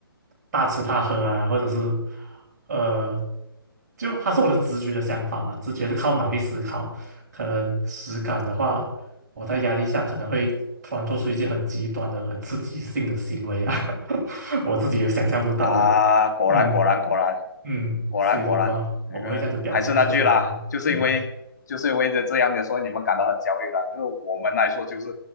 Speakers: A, on the right; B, on the left.
A: 大吃大喝啊，或者是呃，就它是我的直觉的想法嘛，直觉是靠脑力思考，可能实感的话。我在压力下可能会突然做出一些很极端的、很刺激性的行为啊，<laughs> 我自己也想象不到的。
B: 啊，果然果然果然
A: 嗯嗯，
B: 果然果然，
A: 所以说我们我们会这样子表现出来咯。
B: 那个还是那句啦，就是因为就是因为这这样的，
A: 嗯，
B: 所以你们感到很焦虑了。就是我们来说，就是